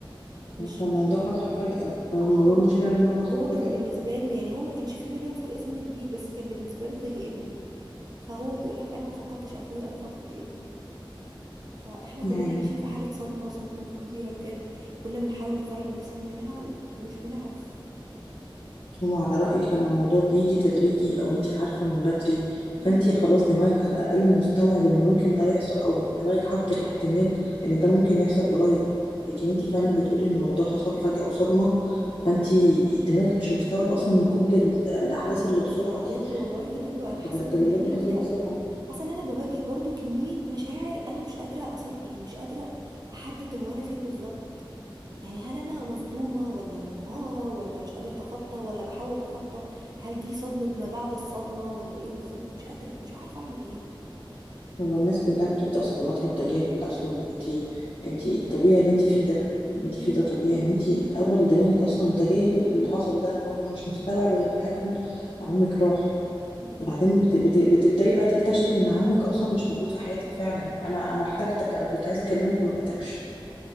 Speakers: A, on the right; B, on the left.
A: مش
B: فالموضوع
A: مش
B: حصل فجاه او
A: اه
B: الموضوع المشكله ان هو حصل
A: وهو
B: فجاه
A: كان بالنسبة له يعني هو ما كانش في بينهم فرق سن كبير بس كان بالنسبة له زي ابنه فهو بيقول لك انا ما فقدتش اخويا انا فقدت ابني فاحنا
B: يعني
A: كلنا عايشين في حالة صدمة صدمة كبيرة بجد كل ما نحاول نخرج نفسنا منها م- مش بنعرف
B: هو على رايك لما الموضوع بيجي تدريجي او انت عارفه من بدري
A: مم.
B: فانت خلاص دماغك على الاقل مستوعب ان ممكن ده يحصل او دماغك حاطط الاحتمال ان ده ممكن يحصل قريب لكن انت فعلا بتقولي ان الموضوع حصل فجاه وصدمه فانت
A: اه
B: دماغك مش مستوعب اصلا إن كل ال- الاحداث اللي بسرعه
A: بجد
B: دي
A: والله ايوه انا حاسة
B: التغيرات
A: ان دماغي
B: دي حصلت
A: فيها
B: بسرعه
A: حاسه ان انا بواجه برضو كميه مشاعر انا مش قادره اسيطر يعني مش قادره احدد هو انا فين بالظبط يعني هل انا مصدومه ولا منهاره ولا مش قادره اتخطى ولا بحاول اتخطى هل دي صدمه ما بعد الصدمه ولا ايه بالظبط مش قادره مش عارفه اعمل ايه
B: هو الناس كلها بتبدأ صدماتها بتجاهل أصلا انتي انتي طبيعي اللي انتي فيه ده اللي انتي
A: مم.
B: فيه ده طبيعي ان انتي الأول دماغك أصلا متجاهل اللي حصل ده هو مش مستوعب ان فعلا عمك راح
A: بالظبط
B: بعدين
A: والله
B: بت... بت... بتبدأي
A: بجد
B: بقى تكتشفي ان عمك أصلا مش موجود في حياتك فعلا أنا أنا احتجتك أنا كنت عايزة أكلمك وما لقيتكش